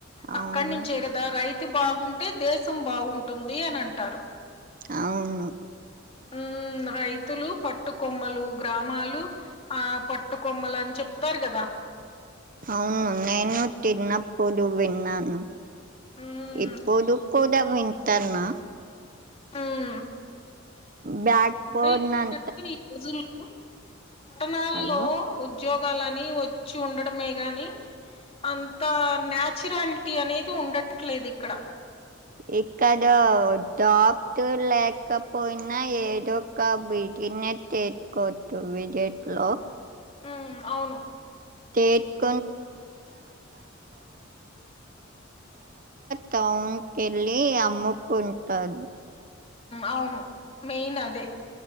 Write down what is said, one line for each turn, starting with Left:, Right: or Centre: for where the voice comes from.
Left: అక్కడి
Right: అవును
Left: నుంచే కదా రైతు బాగుంటే దేశం బాగుంటుంది అని అంటారు
Right: అవును
Left: ఆ రైతులు పట్టుకొమ్మలు గ్రామాలు ఆ పట్టుకొమ్మలు అని చెప్తారు కదా
Right: అవును నేను తిన్నప్పుడు విన్నాను
Left: ఉమ్
Right: ఇప్పుడు కూడా వింటన్నా
Left: ఉమ్
Right: బ్యాక్ బోన్
Left: ఏంటంటే
Right: అం
Left: ఈ రోజుల్లో పట్టణాల్లో
Right: హలో
Left: ఉద్యోగాలు అని వచ్చి ఉండటమే గాని అంత న్యాచురలిటి అనేది ఉండట్లేదు ఇక్కడ
Right: ఎక్కడ జాబ్ లేకపోయినా ఏదో ఒక బిజీ తినేది చేచు కొచ్చు విజేట్లో
Left: ఉ అవును
Right: <inaudible> టౌన్ కెళ్ళి అమ్ముకుంటదు
Left: అవును మెయిన్ అదే